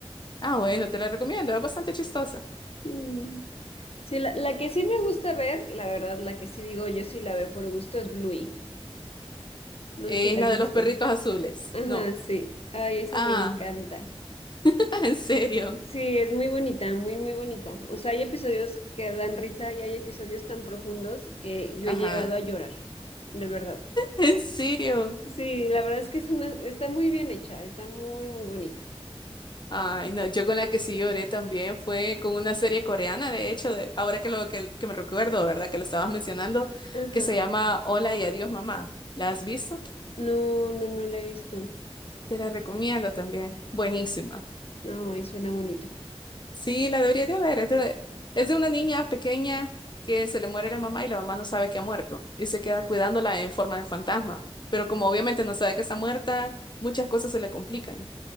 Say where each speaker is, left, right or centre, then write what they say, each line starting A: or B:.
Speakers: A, on the left; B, on the left.
A: Ah, bueno, te la recomiendo, es bastante chistosa.
B: Mm. Sí, la, la que sí me gusta ver, la verdad, la que sí digo yo sí la veo por gusto es Bluey. No
A: Es
B: sé si la
A: la
B: has visto.
A: de los perritos azules.
B: Ajá,
A: No.
B: sí. Ay, esa
A: Ah,
B: me encanta.
A: <laughs> en serio.
B: Sí, es muy bonita, muy, muy bonita. O sea, hay episodios que dan risa y hay episodios tan profundos que yo
A: Ajá.
B: he llegado a llorar, de verdad.
A: En serio.
B: Sí, la verdad es que es una, está muy bien hecha, está muy, muy bonita.
A: Ay, no, yo con la que sí lloré también fue con una serie coreana, de hecho, de- ahora que lo que, que me recuerdo, ¿verdad? Que lo estabas mencionando,
B: Ajá.
A: que se llama Hola y adiós, mamá. ¿La has visto?
B: No, no, no la he visto.
A: Te la recomiendo también. Buenísima.
B: Ay, suena bonito.
A: Sí, la deberías de ver. Es de, es de una niña pequeña que se le muere la mamá y la mamá no sabe que ha muerto y se queda cuidándola en forma de fantasma. Pero como obviamente no sabe que está muerta, muchas cosas se le complican.